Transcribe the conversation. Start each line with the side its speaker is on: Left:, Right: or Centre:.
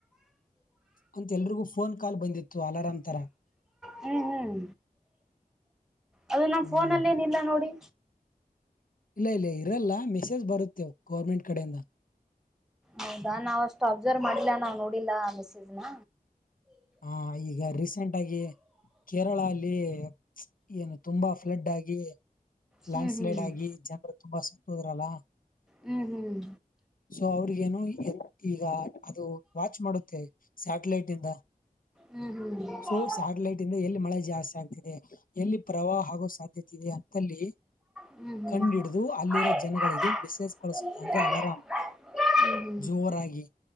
Left: ಅಂತ ಎಲ್ರಿಗೂ ಫೋನ್ ಕಾಲ್ ಬಂದಿತ್ತು ಅಲಾರಾಮಂ ತರಾ
Centre: ಹ್ಮ್ ಹ್ಮ್ ಅದು ನಮ್ಮ
Left: ಹ್ಮ್
Centre: ಫೋನ ಅಲ್ಲಿ ಏನಿಲ್ಲ ನೋಡಿ
Left: ಇಲ್ಲ ಇಲ್ಲ ಇರಲ್ಲ ಮೆಸೇಜ್ ಬರುತ್ತೇವು ಗೌರ್ಮೆಂಟ್ ಕಡೆಯಿಂದ
Centre: ಹೌದಾ ನಾವಷ್ಟು ಅಬ್ಸರ್ವ್ ಮಾಡಿಲ್ಲ ನಾವ್ ನೋಡಿಲ್ಲ ಮೆಸೇಜನ
Left: ಹ ಈಗ ರೀಸೆಂಟ್ ಆಗಿ ಕೇರಳ ಅಲ್ಲಿ ಏನು ತುಂಬಾ ಫ್ಲಡ್ ಆಗಿ
Centre: ಹ್ಮ್
Left: ಲ್ಯಾಂಡ್
Centre: ಹ್ಮ್
Left: ಸ್ಲೈಡ್ ಆಗಿ ಜನರು ತುಂಬಾ ಸುತ್ತುದ್ರಲ್ಲ
Centre: ಹ್ಮ್ ಹ್ಮ್
Left: ಸೊ ಅವ್ರಿಗ ಏನು ಈಗ ಅದು ವಾಚ್ ಮಾಡುತ್ತೆ ಸ್ಯಾಟಲೈಟ್ ಇಂದ
Centre: ಹ್ಮ್ ಹ್ಮ್ ಹ್ಮ್
Left: ಸೊ ಸ್ಯಾಟಲೈಟ್ ಇಂದ ಎಲ್ಲಿ ಮಳೆ ಜಾಸ್ತಿ ಆಗ್ತಿದೆ ಎಲ್ಲಿ ಪ್ರವಾಹ ಆಗೋ ಸಾಧ್ಯತೆ ಇದೆ ಅಂತಲ್ಲಿ
Centre: ಹ್ಮ್ ಹ್ಮ್
Left: ಕಂಡಿಡ
Centre: ಹ್ಮ್
Left: ಅದು ಅಲ್ಲಿರೋ ಜನಗಳಿಗೆ ಮೆಸೇಜ್ ಕಳಸುತ್ತೆ
Centre: ಹ್ಮ್ ಹ್ಮ್
Left: ಅಂದ್ರೆ ಅಲಾರಂ ಜೋರಾಗಿ